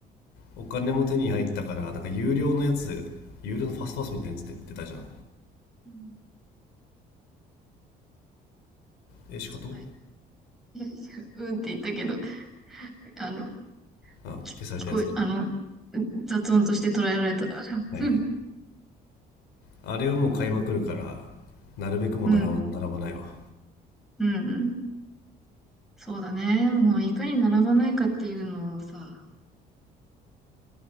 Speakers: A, on the left; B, in the centre.
A: お金も手に入ったからなんか有料のやつ有料のファストパスみたいなやつで出たじゃん
B: うん。うん。
A: えしかと
B: はい。いやいや、うんって言ったけど、あの、
A: あ消されたやつ
B: き聞こえ、あの、雑音として捉えられた。<laughs>
A: はいはい
B: うん。
A: あれをもう買いまくるからなるべくもう並ば並ばないわ
B: うん。うん。うんそうだね。もう、いかに並ばないかっていうのをさ、